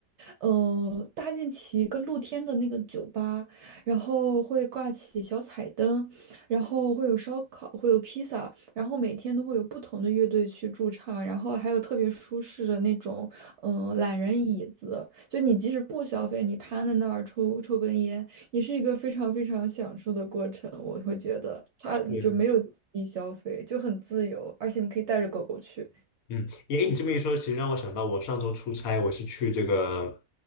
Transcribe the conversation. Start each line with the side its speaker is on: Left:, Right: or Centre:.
Right: 呃，搭建起一个露天的那个酒吧，然后会挂起小彩灯，然后会有烧烤，会有披萨，然后每天都会有不同的乐队去驻唱，然后还有特别舒适的那种，呃，懒人椅子，就你即使不消费，你瘫在那儿抽抽根烟。也是一个非常非常享受的过程。我会觉得它就没有低消费，
Left: 是
Right: 就很自由，而且你可以带着狗狗去。
Left: 嗯，你诶你这么一说，其实让我想到，我上周出差，我是去这个